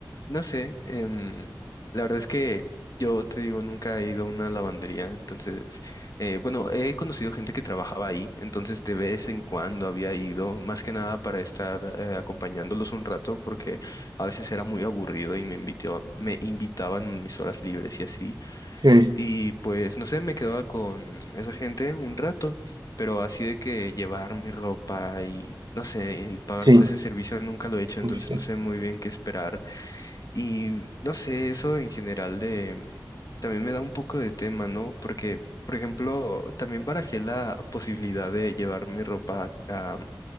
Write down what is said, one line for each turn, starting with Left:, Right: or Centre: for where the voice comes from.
Left: no sé, em, la verdad es que yo te digo, nunca he ido a una lavandería. Entonces, eh, bueno, he conocido gente que trabajaba ahí, entonces de vez en cuando había ido, más que nada para estar eh, acompañándolos un rato, porque a veces era muy aburrido y me invitó- me invitaban en mis horas libres y así.
Right: sí,
Left: Y pues, no sé, me quedaba con esa gente un rato, pero así de que llevar mi ropa y, no sé, y pagar
Right: sí,
Left: por ese servicio nunca lo he hecho, entonces
Right: justo.
Left: no sé muy bien qué esperar. Y no sé, eso en general de también me da un poco de tema, ¿no? Porque, por ejemplo, también barajé la posibilidad de llevar mi ropa a, a